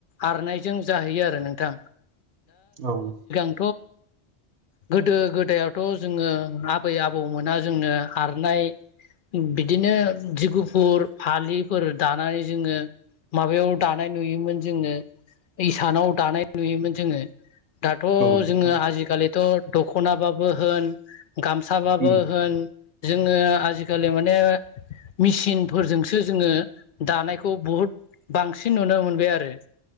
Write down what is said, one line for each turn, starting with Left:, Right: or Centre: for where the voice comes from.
Left: आरनायजों जाहैयो आरो नोंथां।
Right: औ
Left: थ गोदो गोदायावथ' जोङो आबै आबौमोना जोंनो आरनाय बिदिनो जि गुफुर फालिफोर दानानै जोङो माबायाव दानाय नुयोमोन जोङो इसानाव दानाय नुयोमोन जोङो। दाथ'
Right: औ नोंथां
Left: जोङो आजिखालिथ' दखनाबाबो होन गामसाबाबो
Right: उम
Left: होन जोङो आजिखालि माने मेसिनफोरजोंसो जोङो दानायखौ बुहुद बांसिन नुनो मोनबाय आरो।